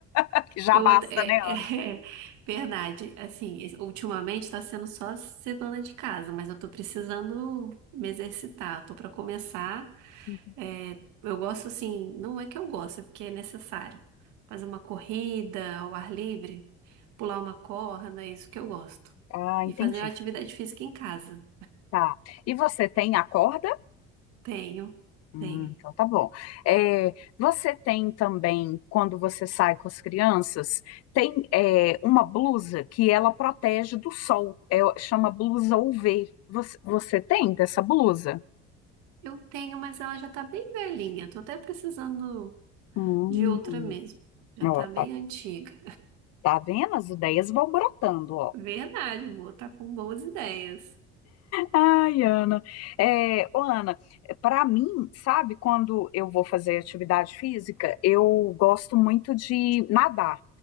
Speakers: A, on the left (about 55°); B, on the right (about 75°).
A: <laughs> Que já
B: Eu
A: basta,
B: até- é,
A: né, Ana?
B: é, <laughs> é verdade. Assim, es- ultimamente está sendo só ser dona de casa, mas eu tô precisando me exercitar. Tô para começar.
A: Hum.
B: É, eu gosto assim, não é que eu gosto, é porque é necessário. Fazer uma corrida ao ar livre. pular uma corda, é isso que eu gosto.
A: Ah,
B: E
A: entendi.
B: fazer atividade física em casa.
A: Tá. E você tem a corda?
B: Tenho,
A: Hum,
B: tenho.
A: então tá bom. É, você tem também, quando você sai com as crianças, tem é, uma blusa que ela protege do sol. É, chama blusa UV. Você, você tem dessa blusa?
B: Eu tenho, mas ela já tá bem velhinha. Tô até precisando
A: Hum,
B: de outra mesmo. Já tá
A: ó,
B: bem
A: tá,
B: antiga.
A: tá vendo? As ideias vão brotando, ó.
B: Verdade, boa, tá com boas ideias.
A: Ai, Ana. É, ô, Ana, para mim, sabe, quando eu vou fazer atividade física, eu gosto muito de nadar.